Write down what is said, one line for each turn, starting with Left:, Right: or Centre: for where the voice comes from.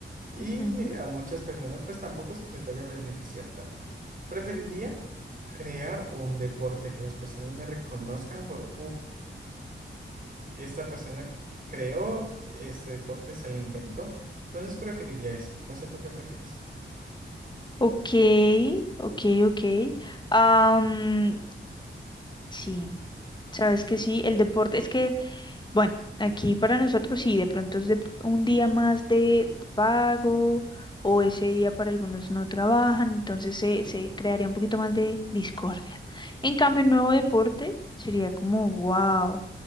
Right: Y
Left: Ujú.
Right: a muchas personas, pues tampoco es que les vaya a beneficiar tanto. Preferiría crear un deporte, que las personas me reconozcan por, uff, esta persona creó este deporte, se lo inventó. Entonces preferiría esa. No sé tú qué prefieres.
Left: Ok, ok, ok. Am, sí, sabes que sí, el deporte es que Bueno, aquí para nosotros sí, de pronto es de p- un día más de pago o ese día para algunos no trabajan, entonces se, se crearía un poquito más de discordia. En cambio, un nuevo deporte sería como, wow,